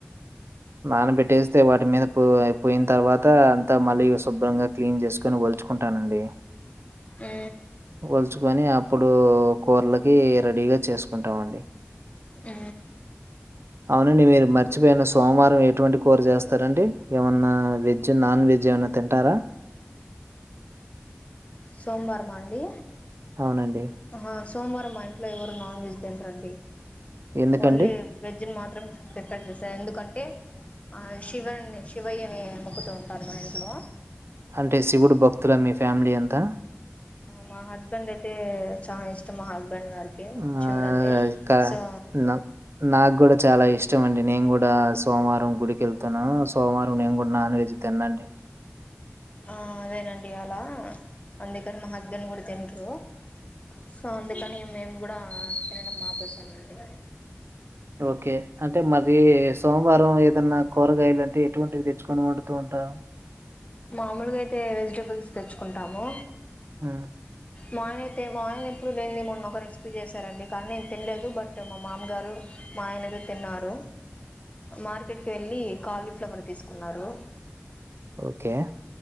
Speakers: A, on the right; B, on the left.
A: నాన్న బెటేస్. ఐతే వాటి మీద పో అయి పోయిన తర్వాత, అంతా మళ్ళీ శుభ్రంగా క్లీన్ చేసుకొని వల్చుకుంటానండి.
B: ఏ
A: వలుచుకొని అప్పుడు కూరలకి రెడీగా చేసుకుంటాంండి
B: ఆ
A: <inaudible> అవునండి మీరు మర్చిపోయిన సోమవారం ఎటువంటి కూర చేస్తారండి ఏమన్నా వెజ్ నాన్ వెజ్ ఏమనా తింటారా
B: సోమవారం మా అండి
A: అవునండి
B: ఆహా సోమవారం మా ఇంట్లో ఎవరు నాన్ వెజ్ తింటరండి
A: ఎందుకండి?
B: ఓన్లీ వెజ్ ని మాత్రం ప్రిపేర్ చేస్త ఎందుకంటే శివ శివయ అనే మొక్కుతూ ఉంటారు మా ఇంట్లో
A: అంటే శివుడు భక్తుల మీ ఫ్యామిలీ అంతా
B: మా హస్బెండ్ అయితే చాలా ఇష్టం మా హస్బె ఇబండి వాళ్ళకి
A: ఆహ్,
B: శివాడు
A: క
B: సో
A: న నాకు గూడా చాలా ఇష్టమండి నేను కూడా సోమవారం గుడికి వెళ్తాను సోమవారం నేను కూడా నాన్ వెజ్ తిన్నాండి
B: అదేనండి అలా అందుకని మా హస్బెండ్ కూడా తింటరు సో అందుకని మేము కూడా తినడం మాపసామ అండి
A: ఓకే అంటే మరి సోమవారం ఏదన్నా కూరగాయలు అంటే ఎటువంటివి తెచ్చుకొని వండుతూ ఉంట <inaudible>
B: మామూలుగా అయితే వెజిటబుల్స్ తెచ్చుకుంటాము
A: ఆ
B: మాయన అయితే మాయన ఎప్పుడు లేని మొన్నొ ఒక రెసిపీ చేశారండి కానీ నేను తినలేదు బట్ మా మామగారు మాయనది తిన్నారు మార్కెట్కి వెళ్ళి కాలీఫ్లవర్ తీసుకున్నారు
A: ఓకే.